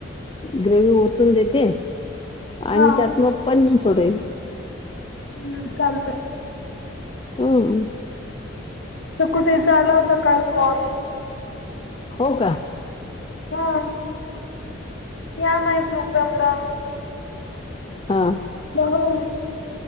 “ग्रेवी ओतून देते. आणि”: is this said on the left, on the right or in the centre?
Left